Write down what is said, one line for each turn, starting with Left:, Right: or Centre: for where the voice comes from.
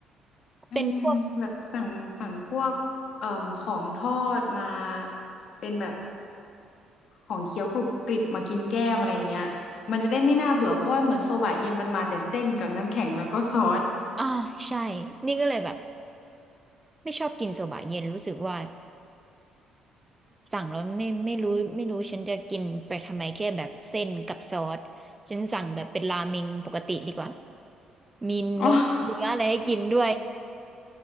Left: อืมแบบสั่งสั่งพวกเอ่อของทอดมา
Right: เป็นพวก
Left: เป็นแบบของเคี้ยวกรุบกริบมากินแก้มอะไรอย่างเงี้ยมันจะได้ไม่น่าเบื่อเพราะว่าเหมือนโซบะเย็นมันมาแต่เส้นกับน้ำแข็งแล้วก็ซอส
Right: อ่าใช่นี่ก็เลยแบบไม่ชอบกินโซบะเย็นรู้สึกว่า สั่งแล้วไม่ไม่รู้ไม่รู้ฉันจะกินไปทำไมแค่แบบเส้นกับซอสฉันสั่งแบบเป็นราเมงปกติดีกว่ามีนงเนื้ออะไรให้กินด้วย
Left: <laughs> อ๋อ